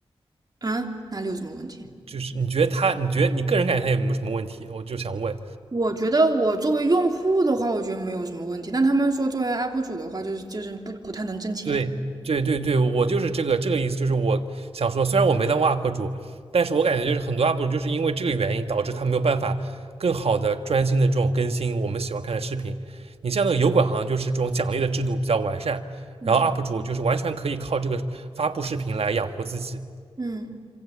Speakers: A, on the right; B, on the right.
A: 啊，哪里有什么问题？
B: 就是你觉得他，你觉得你个人感觉他有没有什么问题？我就想问，
A: 我觉得我作为用户的话，我觉得没有什么问题。但他们说作为 UP 主的话，就是就是不不太能挣钱啊。
B: 对对对对，我就是这个这个意思，就是我想说，虽然我没当过 UP 主，但是我感觉就是很多 UP 主就是因为这个原因导致他没有办法更好的专心的这种更新我们喜欢看的视频。你像那个油管，好像就是这种奖励的制度比较完善，
A: 嗯
B: 然后 UP 主就是完全可以靠这个发布视频来养活自己。
A: 嗯，